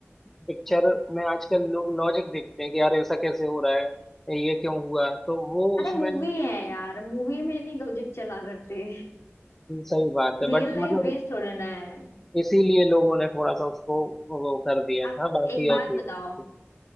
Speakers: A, in the centre; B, on the left.
A: पिक्चर में आजकल लोग लॉजिक देखते हैं कि यार ऐसा कैसे हो रहा है ये क्यों हुआ तो वो
B: अरे
A: उसमें
B: मूवी है यार मूवी में नहीं लॉजिक चला करते
A: सही बात है
B: रियल
A: बट
B: लाइफ
A: मतलब
B: वेस्ट हो रहना है
A: इसीलिए लोगों ने थोड़ा सा उसको वो कर दिया
B: आप
A: था बाकी
B: एक बात
A: और कोई बात
B: बताओ
A: नहीं